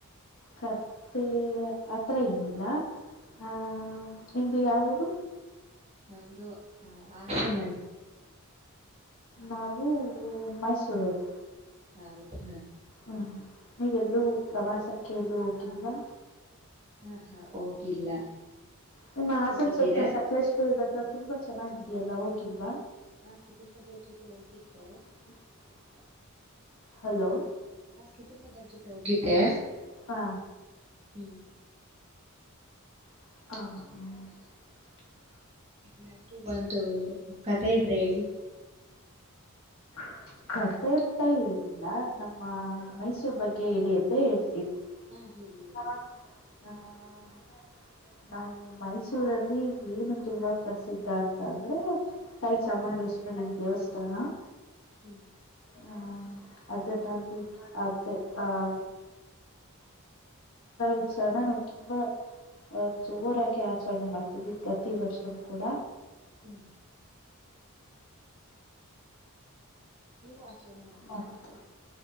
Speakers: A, on the left (about 65°); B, on the right (about 30°).
A: ಕತ್ತೆ ಅತ್ರ ಏನಿಲ್ಲ ಆ. ಹ ನಿಮ್ದು ಯಾಊರು.
B: ನಮ್ದು ಆ ಹಸನ್.
A: ನಾವು ಮೈಸೂರು ಅವ್ರು.
B: ಹೌದ
A: ಹ್ಮ್ ನೀವೆಲ್ಲೂ ಪ್ರವಾಸಕ್ಕೆ ಎಲ್ಲೂ ಹೋಗಿಲ್ವಾ.
B: ಹಾ ಹಾ ಹೋಗಿಲ್ಲ.
A: ನಿಮ್ಮ
B: ನೀವ್
A: ಹಾಸನ
B: ಹೋಗಿದ್ದೀರಾ
A: ಸುತ್ತ ಸಕಲೇಶಪುರದ ಹತ್ರ ತುಂಬಾ ಚೆನ್ನಾಗಿದೆಯಲ್ಲ ಹೋಗಿಲ್ವಾ.
B: ಆ ಕುಟುಂಬದವರ ಜೊತೆ ಹೋಗಿದ್ದೆ.
A: <unintelligible> ಹಲೋ
B: ಹಾ ಕುಟುಂಬದವ್ರ ಜೊತೆ ಹೋಗಿದ್ದೆ.
A: ಹಾ
B: ಹ್ಮ್
A: ಹ್ಮ ಹ್ಮ್
B: ನಾದ್ರೂ ಒಂದು ಕಥೆ ಇದ್ರೆ ಹೇಳಿ.
A: <inaudible> ಕತೆ ಅಂತ ಏನಿಲ್ಲ ನಮ್ಮ ಮೈಸೂರ್ ಬಗ್ಗೆ ಹೇಳಿ ಅಂದ್ರೆ ಹೇಳ್ತೀನಿ.
B: ಹಾ ಹೇಳಿ ಹೇಳಿ
A: <unintelligible> ಹ್ಮ್ ನಮ್ಮ್ ಮೈಸೂರಲ್ಲಿ ಏನು ತುಂಬಾ ಪ್ರಸಿದ್ಧ ಅಂತ ಅಂದ್ರೆ. ತಾಯಿ
B: ಹ್ಮ್
A: ಚಾಮುಂಡೇಶ್ವರಿ ದೇವಸ್ಥಾನ.
B: ಹ್ಮ್
A: ಹ್ಮ ಅದನ್ನ ಬಿಟ್ಟು ಅದ ಆಹ ಉತ್ಸವನ ನಾವ್ ತುಂಬಾ. ಅಹ ಜೋರಾಗಿ ಆಚರಣೆ ಮಾಡ್ತೀವಿ ಪ್ರತಿ ವರ್ಷನುೂ ಕೂಡ.
B: ಹ್ಮ್ ನೀವು ಆಚರಣೆ ಮಾಡ್ತೀರಾ
A: ಮತ್ತೆ